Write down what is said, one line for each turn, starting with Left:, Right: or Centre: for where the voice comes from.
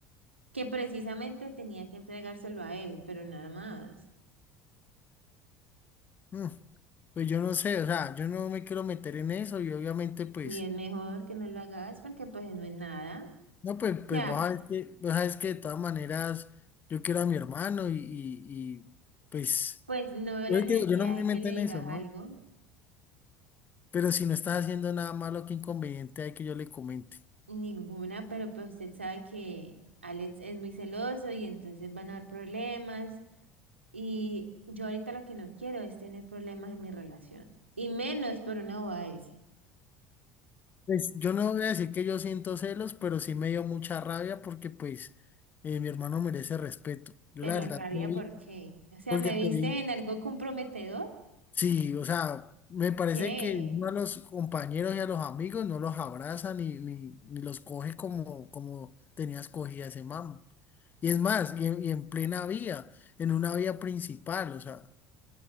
Right: que precisamente tenía que entregárselo a él, pero nada más.
Left: Mm, Pues yo no sé, o sea, yo no me quiero meter en eso y obviamente pues,
Right: Y es mejor que no lo hagas porque pues no es nada.
Left: no, pues,
Right: Ya,
Left: pues vos sabes que, vos sabes que de todas maneras yo quiero a mi hermano y, y, y, pues,
Right: pues no veo
Left: yo,
Right: la necesidad
Left: te digo, yo no me
Right: de
Left: meto
Right: que le
Left: en
Right: digas
Left: eso, ¿no?
Right: algo.
Left: Pero si no estás haciendo nada malo, qué inconveniente hay que yo le comente.
Right: Ninguna, pero pues usted sabe que Alex es muy celoso y entonces van a haber problemas. Y yo ahorita lo que no quiero es tener problemas en mi relación. Y menos por una boda esa.
Left: Pues yo no voy a decir que yo siento celos, pero sí me dio mucha rabia porque pues eh, mi hermano merece respeto. Yo
Right: Pero
Left: la verdad
Right: rabia,
Left: te vi,
Right: ¿por qué? O sea,
Left: porque
Right: ¿me
Left: te
Right: viste
Left: vi.
Right: en algo comprometedor?
Left: Sí, o sea, me parece
Right: ¿Qué?
Left: que uno a los compañeros y a los amigos no los abraza ni, ni, ni los coge como, como tenías cogida ese man. Y es más, y en, y en plena vía, en una vía principal, o sea,